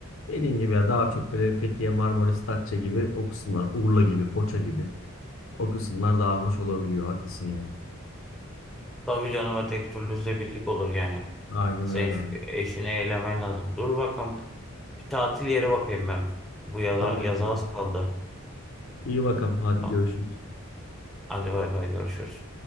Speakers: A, on the left; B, in the centre.
A: dediğin gibi ya daha çok böyle Fethiye, Marmaris, Datça gibi o kısımlar, Urla gibi, Foça gibi o kısımlar daha hoş olabiliyor. Haklısın yani.
B: Tabii canım öteki türlü zebirlik olur yani.
A: Aynen
B: Senin
A: öyle
B: şu
A: abi.
B: eşini eylemen lazım. Dur bakalım. Bir tatil yeri bakayım ben. Bu yaza,
A: Tamam
B: yaza
A: ya.
B: az kaldı.
A: İyi bakalım. Hadi
B: Tamam.
A: görüşürüz.
B: Hadi bay bay görüşürüz.